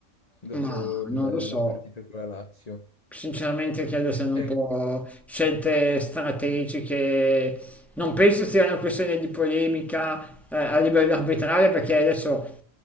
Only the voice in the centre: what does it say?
Ma non
lo so,
sinceramente credo siano
un po' scelte strategiche. Non penso sia una questione di polemica eh, a livello
arbitrale perché adesso